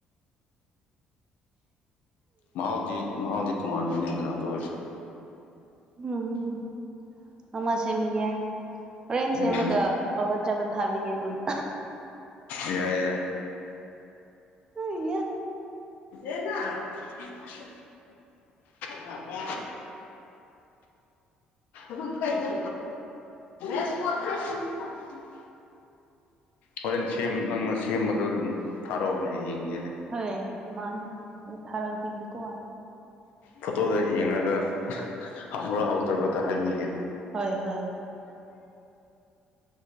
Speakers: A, on the left (about 80°); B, on the right (about 30°).
A: ꯃꯍꯥꯎꯗꯤ ꯃꯍꯥꯎꯗꯤ ꯇꯣꯉꯥꯟꯒꯅꯤꯗꯅ ꯑꯗꯨ ꯑꯣꯏꯔꯁꯨ
B: ꯎꯝ ꯅꯃ ꯁꯦꯝꯕꯤꯒꯦ ꯍꯣꯔꯦꯟ ꯁꯦꯝꯃꯒ
A: ꯎꯝ
B: ꯑꯋꯥꯠꯆꯦꯞꯇ ꯊꯥꯕꯤꯒꯦ ꯑꯗꯨꯗ
A: ꯌꯥꯏ ꯌꯥꯏ
B: ꯑꯌꯦ
A: <unintelligible> ꯃ ꯃꯦ ꯍ ꯀꯩꯗ ꯦꯁ ꯀꯣꯊ <unintelligible> ꯍꯣꯔꯦꯟ ꯁꯦꯝ ꯅꯪꯅ ꯁꯦꯝꯕꯗꯣ ꯑꯗꯨꯝ ꯊꯥꯔꯛꯑꯣꯅꯦ ꯌꯦꯡꯒꯦꯅꯦ
B: ꯍꯣꯏ ꯃꯥꯅꯦ ꯑꯩ ꯊꯔꯛ ꯕꯤꯒꯦ ꯀꯣ
A: ꯐꯣꯇꯣꯗ ꯌꯦꯡꯉꯒ ꯍꯔ ꯍꯥꯎꯕ꯭ꯔ
B: ꯎꯝ
A: ꯍꯥꯎꯇꯕ꯭ꯔꯗꯨ ꯍꯥꯏꯕꯤꯒꯦ
B: ꯍꯣꯏ ꯍꯣꯏ